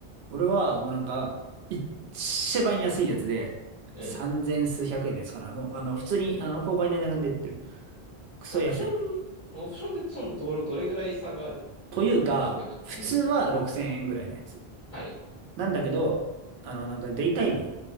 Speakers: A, on the right; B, on the left.
A: 俺は、もうなんか、一番安いやつで、
B: うん。
A: 3000数百円のやつかな。もう、あの、普通に、あの、崩壊の値段で売ってる。クソ安い。
B: オプション、オプションでその、ど、どれぐらい差があるのなんかこう、
A: というか、
B: オプションっていうか、
A: 普通は6000円ぐらいのやつ。
B: うん。はい。
A: なんだけど、あの、なんか、デイタイムって